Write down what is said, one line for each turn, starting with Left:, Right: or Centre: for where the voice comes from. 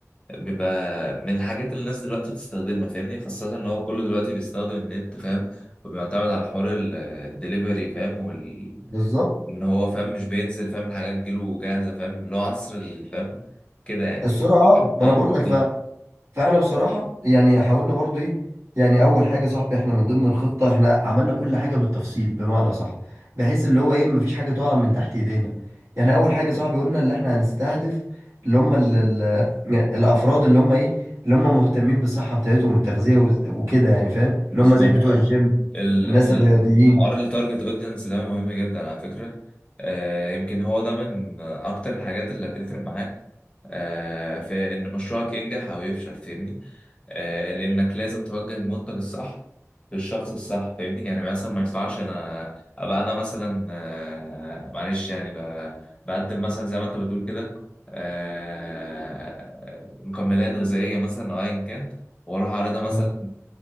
Left: من الحاجات اللي الناس دلوقتي بتستخدمها فاهمني خاصة إن هو كله دلوقتي بيستخدم النت فاهم وبيعتمد على حوار ال- الدليفري فاهم وال...
Right: بالظبط
Left: إن هو فاهم مش بينزل فاهم الحاجة تجيله جاهزة فاهم اللي هو عصر ال- فاهم كده يعني
Right: السرعة آه، ما
Left: اه
Right: أنا بقول لك
Left: بالظبط
Right: فاحنا بصراحة يعني حاولنا برضو ايه يعني اول حاجة صاحبي احنا من ضمن الخطة احنا عملنا كل حاجة بالتفصيل بمعنى صح بحيث اللي هو ايه مفيش حاجة تقع من تحت ايدينا يعني اول حاجة صاحبي قلنا اللي احنا هنستهدف اللي هم ال ال الافراد اللي هم ايه اللي هم مهتمين بالصحة بتاعتهم والتغذية وز- وكده يعني فاهم
Left: بالظبط
Right: اللي هم زي بتوع
Left: اه
Right: الجيم
Left: ال
Right: الناس
Left: ال-
Right: الرياضيين
Left: حوار التارجت اودينس ده مهم جدا على فكرة آه يمكن هو ده من اكتر الحاجات اللي هتفرق معاك آه في ان مشروعك ينجح او يفشل فاهمني آه لانك لازم توجه المنتج الصح للشخص الصح فاهمني يعني مثلا ما ينفعش انا ابقى انا مثلا آه معلش يعني ب- بقدم مثلا زي ما انت بتقول كده آه مكملات غذائية مثلا او ايا كان واروح اعرضها مثلا
Right: آه.